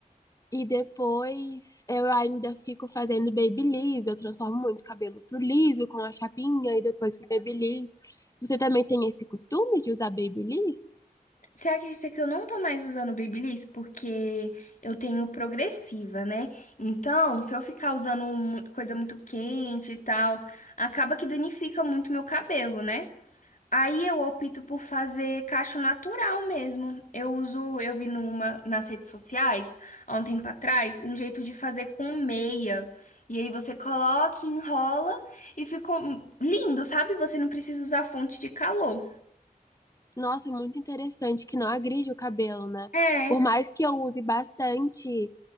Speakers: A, on the left; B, on the left.
A: E depois eu ainda fico fazendo babyliss. Eu transformo muito o cabelo pro liso, com a chapinha, e depois pro babyliss. Você também tem esse costume de usar babyliss?
B: Você acredita que eu não tô mais usando Babyliss porque eu tenho progressiva, né? Então, se eu ficar usando mu- coisa muito quente e tal, acaba que danifica muito meu cabelo, né? Aí eu opto por fazer cacho natural mesmo. Eu uso, eu vi numa nas redes sociais, há um tempo atrás, um jeito de fazer com meia. E aí você coloca, enrola e ficou lindo, sabe? Você não precisa usar fonte de calor.
A: Nossa, muito interessante que não agride o cabelo, né?
B: É,
A: Por mais que eu use bastante